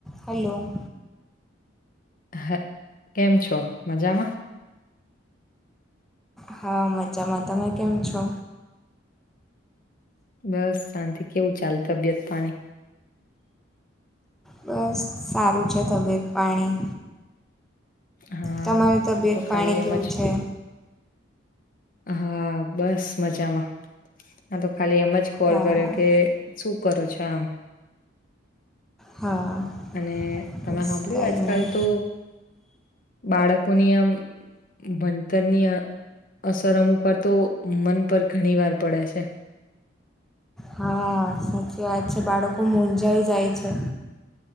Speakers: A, in the centre; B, on the left (about 45°).
A: Hello.
B: હા, કેમ છો મજામાં
A: હા, મજામાં તમે કેમ છો?
B: બસ શાંતિ, કેવું ચાલ તબિયત પાણી?
A: બસ સારું છે, તબિયત પાણી.
B: હા,
A: તમારું તબિયત
B: હા તો ખાલી
A: પાણી
B: એમ
A: કેવું
B: જ
A: છે
B: હા, બસ મજામાં આ તો ખાલી એમ જ, કોલ
A: હા
B: કર્યો કે શું કરો છો, આમ.
A: હા.
B: અને તમે
A: બસ
B: સાંભળ્યું
A: કંઈ
B: આજકાલ,
A: નહીં
B: તો. બાળકોની, આમ ભણતરની. અસર અમુક વાર, તો મન પર ઘણી વાર પડે છે.
A: હા. નથી વાત છે, બાળકો મૂજાઈ જાય છે.